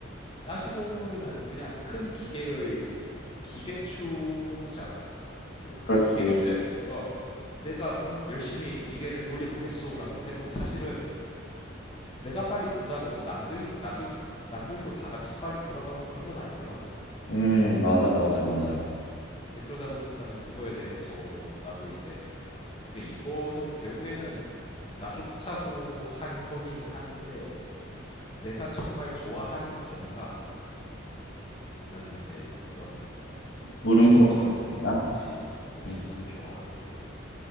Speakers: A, on the left; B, on the left.
A: 따지고 보면은 그냥 큰 기계의 기계추잖아. 그, 그
B: 그렇지.
A: 기계추에 어 내가 응, 열심히 기계를 돌려보겠소라고 해도 사실은 내가 빨리 돈다고 해서 남들이 남들 남들도 다 같이 빨리 돌아가고 그런 건 아니더라고.
B: 음, 맞아, 맞아, 맞아.
A: 이제 그러다 보니까는 그거에 대해서 나도 이제 그래 이거는 결국에는 나조차고 한 거긴 한데 내가 정말 좋아하는 건가라는 이제 어떤
B: 물음표가
A: 직업적인
B: 생긴 거야?
A: 그치 그치
B: 음,
A: 물음표와 함께